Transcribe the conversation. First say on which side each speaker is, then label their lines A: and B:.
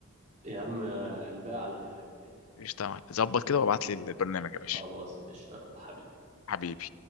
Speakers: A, on the right; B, on the left.
A: يا عم الباقي عليا عادي
B: قشطه يا معلم ظبط كده وابعت لي البرنامج يا
A: خلاص
B: باشا
A: اشتغل حبيبي
B: حبيبي